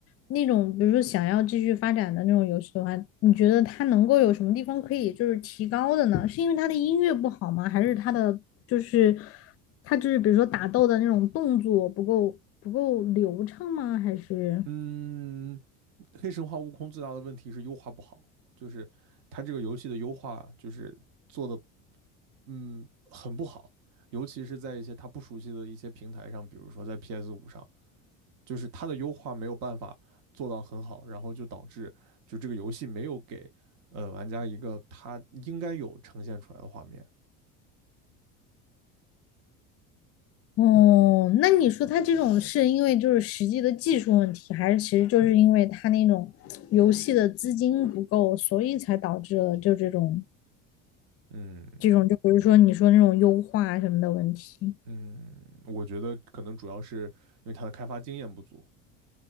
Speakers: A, on the left; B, on the right.
A: 那种，比如说想要继续发展的那种游戏的话，你觉得他能够有什么地方可以就是提高的呢？是因为他的音乐不好吗？还是他的就是他就是比如说打斗的那种动作不够不够流畅吗？还是？
B: 嗯，黑神话悟空最大的问题是优化不好，就是它这个游戏的优化就是做的嗯很不好，尤其是在一些它不熟悉的一些平台上，比如说在 PS 五上，就是它的优化没有办法做到很好，然后就导致就这个游戏没有给呃玩家一个他应该有呈现出来的画面，
A: 哦，那你说他这种是因为就是实际的技术问题，还是其实就是因为他那种游戏的资金不够，所以才导致了就这种
B: 嗯
A: 这种，就比如说你说那种优化什么的问题。
B: 嗯，我觉得可能主要是因为它的开发经验不足。